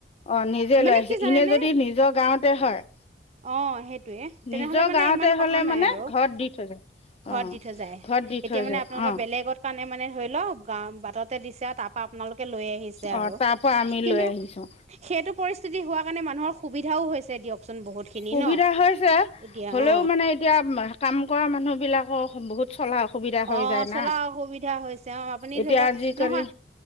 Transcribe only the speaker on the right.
মানে
কি জানেনে
অ', সেইটোৱে
তেনেহ'লে মানে,
ইমান কথা
নাই
আৰু।
ঘৰত
দি থৈ যায়,
এতিয়া
মানে
আপোনালোকৰ,
বেলেগৰ কাৰণে মানে ধৰি লওঁক গাওঁ বাততে দিছে, আৰু তাৰ পৰা আপোনালোকে লৈ আহিছে
আৰু,
কিন্তু
সেইটো পৰিস্থিতি হোৱা কাৰণে, মানুহৰ সুবিধাও হৈছে দিয়কচোন বহুত। খিনি
ন
এতিয়া
অ
অ',
চলা
অসুবিধা হৈছে অ', আপুনি
ধৰি লওঁক,
নহয়